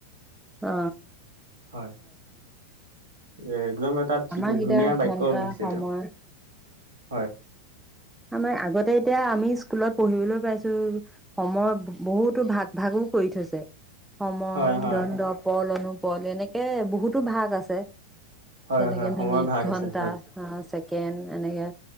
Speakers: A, in the centre; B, on the right.
A: অ
B: হয় এ একদম এটা ঠিক
A: আমাৰ
B: ধুনীয়া
A: এতিয়া
B: বাক্য
A: ঘন্টা
B: লিখিছে
A: সময়
B: তেওঁ। হয়
A: আমাৰ আগতে এতিয়া আমি স্কুলত পঢ়িবলৈ পাইছো সময় বহুতো ভাগ ভাগো কৰি থৈছে। সময়,
B: হয় হয়
A: দণ্ড,
B: হয়
A: পল, অনুপল এনেকে বহুতো ভাগ আছে।
B: হয়
A: তেনেকে
B: হয় সময়ৰ
A: মিনিট,
B: ভাগ
A: ঘন্টা,
B: আছে হয়
A: ছেকেণ্ড এনেকে